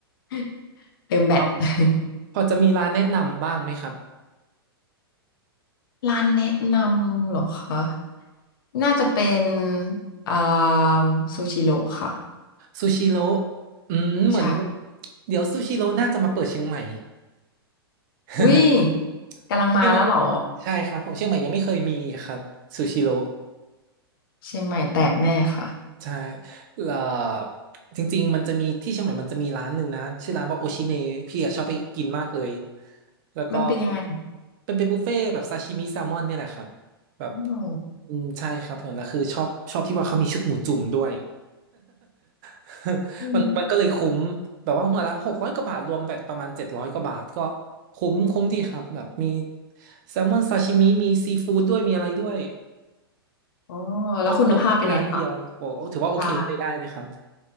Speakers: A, on the left; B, on the right.
A: <laughs> เติมแบต
B: ครับ
A: <laughs>
B: พอจะมีร้านแนะนำบ้างไหมครับ
A: ร้านแนะนำเหรอคะน่าจะเป็นอ่าซูชิโร่ค่ะ
B: ซูชิโร่อืมเหมือน
A: ใช่
B: เดี๋ยวซูชิโร่น่าจะมาเปิดเชียงใหม่ <laughs>
A: อุ้ยกำลังมาแล้วเหรอ
B: เชียงใหม่ใช่ครับผมเชียงใหม่ยังไม่เคยมีครับซูชิโร่
A: เชียงใหม่แตกแน่ค่ะ
B: ใช่เอ่อจริงๆมันจะมีที่เชียงใหม่มันจะมีร้านหนึ่งนะชื่อร้านว่าโอชิเนพี่อะชอบไปกินมากเลยแล้วก็
A: <laughs> มันเป็นยังไง
B: เป็นเป็นบุฟเฟ่ต์แบบซาชิมิแซลมอนเนี่ยแหละครับแบบ
A: อ๋อ
B: อืมใช่ครับผมแล้วคือชอบชอบที่ว่าเขามีชุดหมูจุ่มด้วย <laughs>
A: อืม
B: มันมันก็เลยคุ้มแบบว่าหัวละหกร้อยกว่าบาทรวมแบบประมาณเจ็ดร้อยกว่าบาทก็คุ้มคุ้มดีครับแบบมีแซลมอนซาชิมิมีซีฟู้ดด้วยมีอะไรด้วย
A: อ๋อแล้วคุณภาพเป็นไงคะ
B: ครบจบที่ร้านเดียวโอ้โอ้ถือว่าโอเคใช้ได้เลยครับ
A: ตา